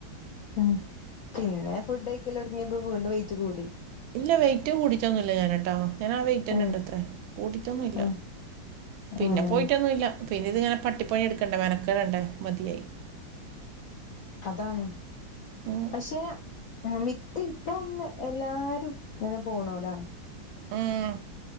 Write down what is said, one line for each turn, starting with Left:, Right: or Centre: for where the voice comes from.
Left: ഉം പിന്നെ ഫുഡ് കഴിക്കല് തുടങ്ങിയപ്പോ വീണ്ടും വെയിറ്റ് കൂടി
Right: ഇല്ല വെയിറ്റ് കൂടിയിട്ടൊന്നും ഇല്ല ഞാന്ട്ടോ ഞാനാ ആ വെയിറ്റ് തന്നെ
Left: ഉം
Right: ഉണ്ടത്രേ കൂട്ടിയിട്ടൊന്നു ഇല്ല
Left: ഉം
Right: പിന്നെ
Left: ഉം
Right: പോയിട്ടൊന്നു ഇല്ല പിന്നെ ഇതിങ്ങനെ പട്ടിപ്പണി എടുക്കണ്ടേ മെനക്കെ ടണ്ടേ മതിയായി
Left: അതാണ്
Right: ഉം
Left: പക്ഷെ മിത്ത് ഇപ്പം എല്ലാരും ഇങ്ങനെ പോണോലാണ്
Right: ഉം